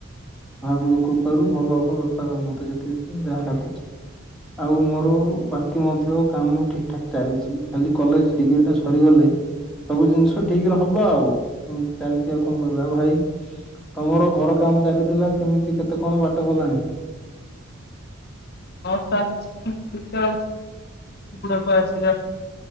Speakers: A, in the centre; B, on the left (about 50°).
A: ମହାପ୍ରଭୁ କୃପାରୁ ଭଲ ହବ ବେପାର ମତେ ଯେତିକି ଯାହା ଲାଗୁଛି? ଆଉ ମୋର ବାକି ମଧ୍ୟ କାମ ଠିକ ଠାକ୍ ଚାଲିଛି ଖାଲି କଲେଜ ଡିଗ୍ରୀଟା ସରିଗଲେ ସବୁ ଜିନିଷ ଠିକରେ ହବ ଆଉ ଏମିତି ଚାଲିଛି ଆଉ କଣ କରିବା ଆଉ ଭାଇ ତମର ଘର କାମ ଚାଲିଥିଲା କେମିତି କେତେ କଣ ବାଟ ଗଲାଣି?
B: ହଁ ଚାଲିଚ ଠିକ ଠାକ ଆସିବା <unintelligible>